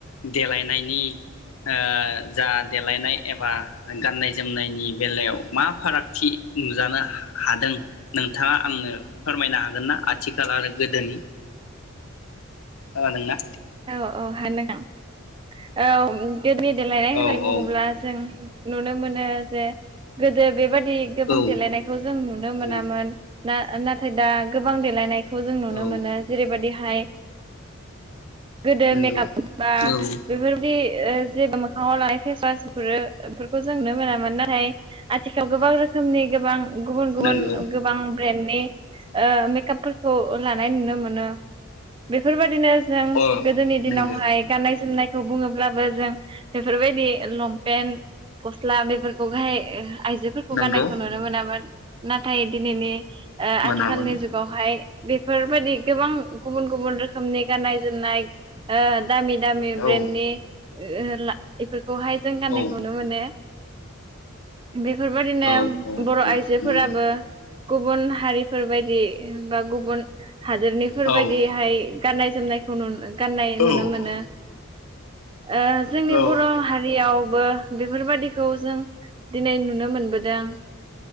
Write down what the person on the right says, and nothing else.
औ औ <unintelligible> औ <unintelligible> गोदोनि देलायनाय होननाय
बुङोब्ला
जों नुनो मोनो जे गोदो बेबादि गोबां
देलायनायखौ जों नुनो मोनामोन।
ना नाथाय दा गोबां देलायनाय खौ जों नुनो
मोनो जेरैबायदि हाय। गोदो
मेकाप बा
बेफोरबादि ओ जे मोखाङाव लानाय फेसवासफोरखौ जों नुनो मोनामोन नाथाय आथिखालाव गोबां रोखोमनि गोबां गुबुन गुबुन
गोबां ब्रेन्डनि ओ मेकापफोरखौ लानाय नुनो मोनो बेफोरबायदिनो जों
गोदोनि दिनावहाय
गाननाय जोमनाय खौ बुङोब्लाबो जों बेफोरबायदि लंपेन्ट गस्ला बेफोरखौहाय हो। आइजोफोरखौ
गाननायखौ नुनो मोनामोन नाथाय दिनिनि। ओ
आथिखालनि जुगावहाय बेफोरबायदि गोबां गुबुन गुबुन रोखोमनि गाननाय जोमनाय। ओन। दामि दामि
ब्रेन्डनि ओ ओ ला इफोर। बहाय जों गाननायखो
मोनो। बेफोरबायादिनो
बर'
आइजोफोराबो
गुबुन हारिफोरबायायदि बा गुबुन हादोरनिफोर
बायदिहाय गाननाय जोमनायखौ नुनो गाननाय
नुनो मोनो। ओ जोंनि
बर' हारियाव बो बेफोरबायदिखौ जों दिनै नुनो मोनबोदों